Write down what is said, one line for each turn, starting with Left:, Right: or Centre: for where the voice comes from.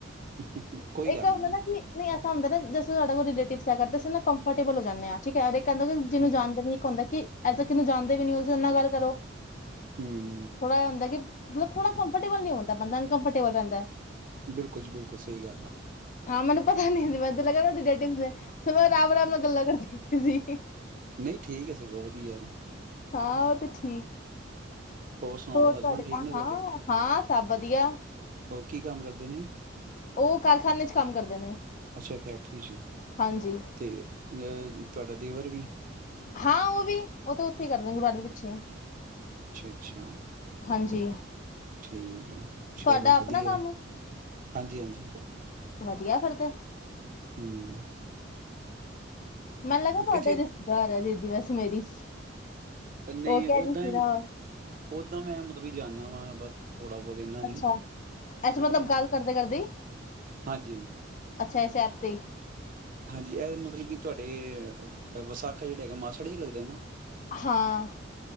Right: ਹੈ, ਕੋਈ
Left: ਇੱਕ
Right: ਗੱਲ
Left: ਆ
Right: ਨਹੀਂ
Left: ਹੁੰਦਾ ਨਾ ਕਿ ਨਹੀਂ ਐਸਾ ਹੁੰਦਾ ਨਾ ਜੇਸਾ ਸਾਡਾ ਕੋਈ ਰਿਲੇਟਿਵ ਹੈਗਾ, ਅਸੀ ਨਾ ਕੰਫਰਟੇਲ ਹੋ ਜਾਂਦੇ ਆ। ਠੀਕ ਹੈ ਕਹਿੰਦਾ ਕਿ
Right: ਹੂੰ,
Left: ਜਿਹਨੂੰ ਜਾਣਦੇ ਨ ਇੱਕ ਹੁੰਦਾ ਕਿ ਐਸਾ ਕਿਹਨੂੰ ਜਾਣਦੇ ਵੀ ਨੀ ਉਸਦੇ ਨਾਲ ਗੱਲ ਕਰੋ।
Right: ਹੂੰ।
Left: ਥੋੜ ਹੁੰਦਾ ਕਿ, ਮਤਲਬ ਥੋੜਾ ਕੰਫਰਟੇਬਲ ਨੀ ਹੁੰਦਾ, ਬੰਦਾ ਅਨਕੰਫਰੇਬਲ ਰਹਿੰਦਾ।
Right: ਬਿਲਕੁਲ ਜੀ ਬਿਲਕੁਲ ਸਹੀ ਗੱਲ ਆ।
Left: ਹਾਂ, ਮੈਨੂੰ ਪਤਾ ਨੀ ਸੀ ਮੈਂ ਲਗਾ ਰਿਲੇਟੀਵ ਨੇ ਸਗੋਂ ਮੈਂ ਆਰਾਮ-ਆਰਾਮ ਨਾਲ ਗੱਲਾਂ ਕਰਦੀ ਪਈ ਸੀ।
Right: ਨਈ, ਠੀਕ ਐ, ਸਗੋਂ ਵਧੀਆ।
Left: ਹਾਂ, ਉਹ ਤੇ ਠੀਕ।
Right: ਸੁਣਾਓ
Left: ਹੋਰ ਤੁਹਾਡੇ
Right: ਹਸਬੰਡ ਠੀਕ
Left: ਆ
Right: ਨੇ
Left: ਹਾਂ-ਹਾਂ,
Right: ਤੁਹਾਡੇ
Left: ਸਭ ਵਧੀਆ।
Right: ਉਹ ਕੀ ਕੰਮ ਕਰਦੇ ਨੇ?
Left: ਉਹ ਕਾਰਖਾਨੇ ਚ ਕੰਮ ਕਰਦੇ ਨੇ,
Right: ਅੱਛਾ ਫੈਕਟਰੀ 'ਚ
Left: ਹਾਂਜੀ।
Right: ਤੇ ਤੁਹਾਡਾ ਦੇਵਰ ਵੀ।
Left: ਹਾਂ ਉਹ ਵੀ, ਉਹ ਤਾਂ ਉੱਥੇ ਹੀ ਕਰਦੇ ਗੁਰਦੁਆਰੇ ਦੇ ਪਿੱਛੇ ਹੀ।
Right: ਅੱਛਾ-ਅੱਛਾ।
Left: ਹਾਂਜੀ
Right: ਠੀਕ ਆ, ਚਲੋ
Left: ਤੁਹਾਡਾ ਆਪਣਾ
Right: ਵਧੀਆ।
Left: ਕੰਮ
Right: ਹਾਂਜੀ-ਹਾਂਜੀ।
Left: ਵਧੀਆ ਫਿਰ ਤੇ
Right: ਹੂੰ।
Left: ਮੈਨੂੰ ਲੱਗਾ ਤੁਹਾਡੇ
Right: ਇੱਥੇ
Left: ਰਿਸ਼ਤੇਦਾਰ ਐ, ਦੀਦੀ ਵੇਸੇ ਮੇਰੀ
Right: ਨਈ,
Left: ਉਹ ਕਹਿ
Right: ਓਦਾਂ,
Left: ਰਹੀ ਸੀ ਨਾ
Right: ਓਦਾਂ ਮੈਂ ਮਤਲਬ ਜਾਂਦਾ ਵਾ ਬਸ। ਥੋੜਾ ਬਹੁਤ ਇਨਾ ਨੀ
Left: ਅੱਛਾ ਐਸੇ
Right: ਹਾਂਜੀ-ਹਾਂਜੀ-ਹਾਂਜੀ-ਹਾਂਜੀ।
Left: ਮਤਲਬ ਗੱਲ ਕਰਦੇ-ਕਰਦੇ ਹੀ ਅੱਛਾ, ਐਸੇ ਆ ਤੇ ਹੀ।
Right: ਹਾਂਜੀ, ਇਹ ਮਤਲੱਬ ਕਿ ਤੁਹਾਡੇ ਵਿਸਾਖਾ ਜਿਹੜੇ ਹੈਗਾ, ਮਾਸੜ ਜੀ ਲੱਗਦੇ ਨਾ
Left: ਹਾਂ।